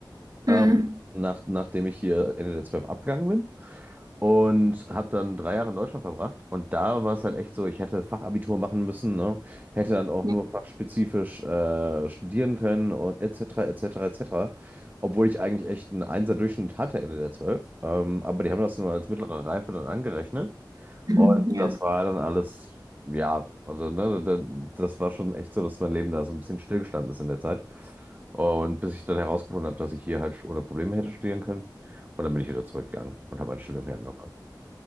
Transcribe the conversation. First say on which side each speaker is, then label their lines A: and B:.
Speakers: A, on the right (about 25°); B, on the right (about 55°).
A: ähm,
B: Hm.
A: nach, nachdem ich hier Ende der 12 abgegangen bin. Und habe dann drei Jahre in Deutschland verbracht. Und da war es halt echt so, ich hätte Fachabitur machen müssen, ne? Hätte dann auch
B: Ja.
A: nur fachspezifisch äh, studieren können und etc., etc., etc. Obwohl ich eigentlich echt einen Einser-Durchschnitt hatte Ende der zwölf Ähm, aber die haben das nur als mittlere Reife dann angerechnet.
B: Hm.
A: Und
B: Ja.
A: das war dann alles, ja, also ne, da- da- das war schon echt so, dass mein Leben da so ein bisschen stillgestanden ist in der Zeit. Und bis ich dann herausgefunden habe, dass ich hier halt ohne Probleme hätte studieren können. Und dann bin ich wieder zurückgegangen und habe mein Studium hier angefangen.